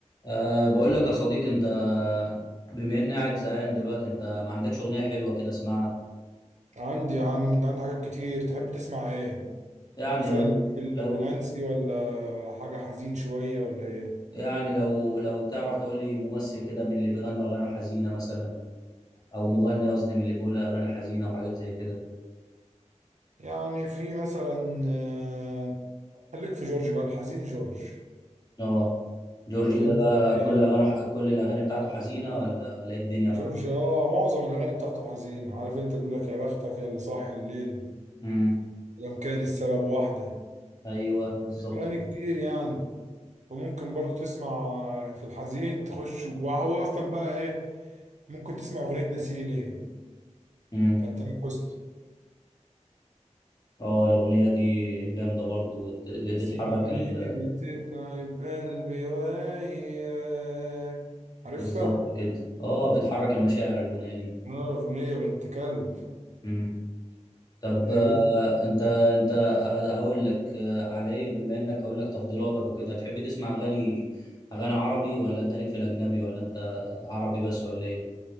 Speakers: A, on the left; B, on the right.
A: أه بقول لك يا صديقي انت بما اني قاعد زهقان دلوقتي انت ما عندكش اغنيه حلوه كده اسمعها
B: عندي يا عم انت عندك حاجات كتير تحب تسمع ايه
A: يعني
B: مثلا
A: لو
B: ليك في
A: لو
B: الرومانسي ولا حاجة حزين شوية ولا ايه
A: يعني لو لو تعرف تقول لي ممثل كده من اللي بيغني اغاني حزينه مثلا او مغني قصدي من اللي بيقول اغاني حزينه وحاجات زي كده
B: يعني في مثلا آه، خليك في جورج بقى الحزين جورج
A: اه جورجي
B: عارف
A: ده
B: انت
A: بقى
B: اللي
A: كل اغاني
B: هي
A: كل الاغاني بتاعته حزينه ولا ولا ايه الدنيا معاه
B: جورج اه معظم الاغاني بتاعته حزين عارف انت تقول لك يا بختك يا اللي صاح الليل
A: امم
B: لم كان السبب واحدة
A: ايوه بالظبط
B: اغاني
A: كده
B: كتير يعني وممكن برضو تسمع في الحزين تخش وهو اصلا بقى ايه ممكن تسمع اغنية ناسيني ليه
A: امم
B: بتاعت تامر حسني
A: اه الاغنيه دي جامده برضو بت-
B: ناسيني
A: بتحرك
B: ليه
A: ال...
B: بتتعب قلبي وياك عارفها؟
A: بالظبط كده اه بتحرك المشاعر الاغنيه
B: اه أغنية بنت كلب
A: دي طب
B: إيه
A: آه،
B: وانت
A: انت انت هقول لك آه، على ايه بما انك هقول لك تفضيلاتك وكده تحب تسمع اغاني اغاني عربي ولا انت ليك في الاجنبي ولا انت عربي بس ولا ايه